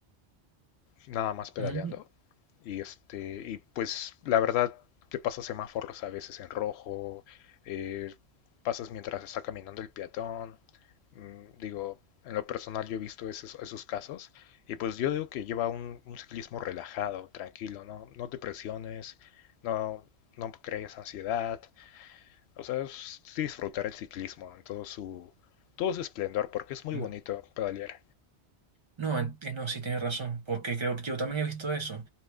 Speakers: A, on the left; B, on the right.
A: nada más pedaleando.
B: Mm,
A: Y este, y pues la verdad te pasas semáforos a veces en rojo, eh, pasas mientras está caminando el peatón. Mm, Digo, en lo personal yo he visto esos, esos casos. Y pues yo digo que lleva un, un ciclismo relajado, tranquilo, ¿no? No te presiones, no, no crees ansiedad. O sea, es sí disfrutar el ciclismo en todo su, todo su esplendor, porque es muy
B: No,
A: bonito pedalear.
B: no, en- eh, no, sí tienes razón, porque creo que yo también he visto eso,